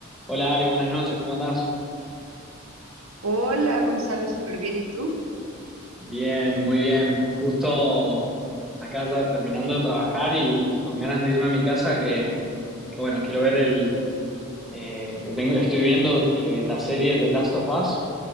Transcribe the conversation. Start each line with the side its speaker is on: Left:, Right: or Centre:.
Centre: Hola Ale, buenas noches, ¿cómo andás?
Right: Hola, Gonzalo, súper bien. ¿Y tú?
Centre: Bien, muy bien. Justo acá ya terminando de trabajar y, y con ganas de irme a mi casa que, que bueno, quiero ver el... eh, vengo, estoy viendo eh, la serie de Last of Us